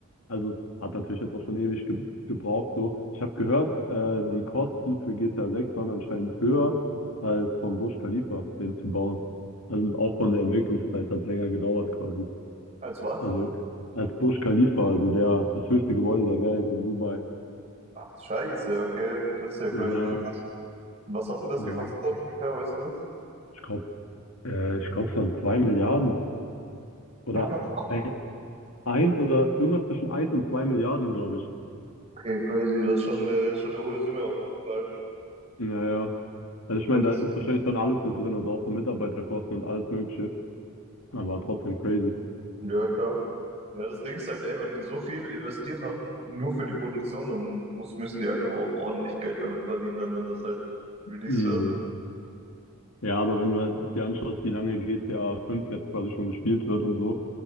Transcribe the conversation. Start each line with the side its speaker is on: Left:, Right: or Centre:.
Left: also es hat natürlich jetzt auch schon ewig ge gebraucht. So. Ich habe gehört, äh, die Kosten für GTA 6 waren anscheinend höher als vom Burj Khalifa, den zu bauen. Also auch von der Entwicklungszeit hat es länger gedauert quasi.
Right: Als was?
Left: Also als Burj Khalifa, also der, das höchste Gebäude der Welt in Dubai.
Right: Ach, scheiße, okay, das ist ja crazy.
Left: Ja,
Right: Was, was hat denn das
Left: ja.
Right: gekostet dann ungefähr? Weißt du das?
Left: Ich glaube, äh, ich glaube, es waren zwei Milliarden oder
Right: <laughs>
Left: ein, eins oder irgendwas zwischen eins und zwei Milliarden, glaube ich.
Right: Okay, crazy, das ist schon, äh, schon eine hohe Summe auf jeden Fall.
Left: Naja, Also ich
Right: Wenn
Left: meine, da
Right: das
Left: ist wahrscheinlich dann alles mit drin, also auch so Mitarbeiterkosten und alles Mögliche. Aber trotzdem crazy.
Right: Ja, klar. Ja, das Ding ist halt, ey, wenn die so viel investiert haben, nur für die Produktion, dann muss, müssen die halt aber auch ordentlich Geld damit verdienen, dann, wenn das halt released
Left: Mhm.
Right: wird.
Left: Ja, aber wenn du halt dir anschaust, wie lange GTA 5 jetzt quasi schon gespielt wird und so,